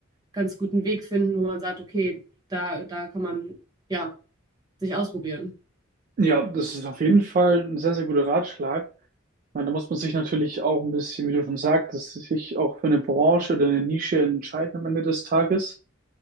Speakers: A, on the right; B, on the right.
A: ganz guten Weg finden, wo man sagt, okay, da, da kann man ja sich ausprobieren.
B: Ja, das ist auf jeden Fall ein sehr, sehr guter Ratschlag. Ich meine, da muss man sich natürlich auch ein bisschen, wie du schon sagtest, sich auch für eine Branche oder eine Nische entscheiden am Ende des Tages.